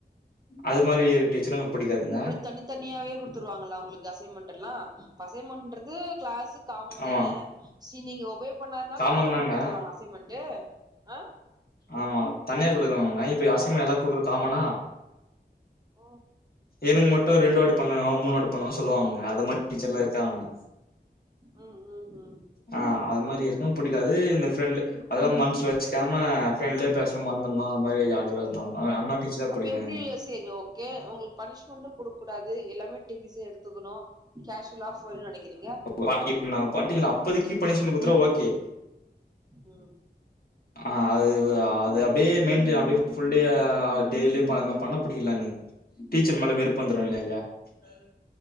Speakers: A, on the left; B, on the right.
A: அது மாரி டீச்சர்லா புடிக்காதுங்க
B: தனித் தனியாவே குடுத்துருவாங்களா உங்களுக்கு அசைமெண்ட் எல்லா அசைமென்றத் து கிளாஸு காமன்
A: ஆமா.
B: தான சி நீங்க ஒபே பண்ணாதா
A: காமன்
B: தனியா உங்களுக்
A: தாங்க.
B: குடுத்துராங்க அசைமென்ட்டு ஆ
A: ஆமா தனியா குடுக்க வேனா இப்பயே அசைமே எல்லா குடுக்கறக் காமனா
B: ஓ
A: எனக் மட்டு ரெண்டு வாட்டி பண்ணவா மூணு வாட்டி பண்ணவான் சொல்லுவாங்க அத மாரி டீச்சர்லா இருக்காங்க
B: ம் ம் ம்
A: ஆ அது மாரி இருக்கவு புடிக்காது இந்த ஃபிரெண்ட் அதெல்லா மனசுல வச்சுக்காம இல்லே பேச மறந்துனா ஒரு மாரி ஜாலியா <unintelligible> ஆ அது மாரி டீச்சர் தா
B: அப்ப
A: புடிக்கு
B: எப்டி
A: எனக்கு
B: சேரி ஓகே உங்ளுக் பனிஷ்மென்ட்டு குடுக் கூடாது எல்லாமே டேக் ஈசியா எடுத்துக்குனு கேஷ்வலா ஃபுல் நெனக்கிறிங்க
A: பா இப்ப நா பா இப்பதிக்கு பனிஷ்மென்ட் குடுத்துட்ட ஓகே
B: ம்
A: ஆ அது அது அப்டியே மெயின்டென் அப்டியே ஃபுல்டே அ அ அது டெய்லியு பா பண்ண புடிக்ல எனக்கு டீச்சர் மேல வெறுப்பு வந்துரு இல்ல இல்லயா அ